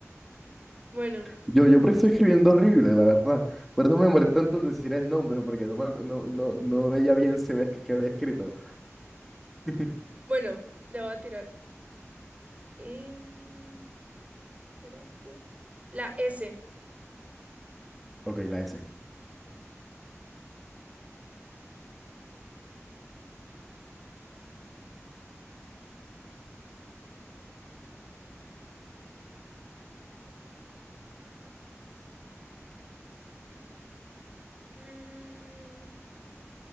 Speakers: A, on the right (about 25°); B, in the centre.
A: Bueno,
B: Yo, yo porque estoy escribiendo horrible, la verdad. Por eso me demoré tanto en decir el nombre, porque no, me ac- no, no, no veía bien si había, que, que había escrito. <laughs>
A: bueno, le voy a tirar. Em, Espérate. La S.
B: Ok, la S.
A: Mm,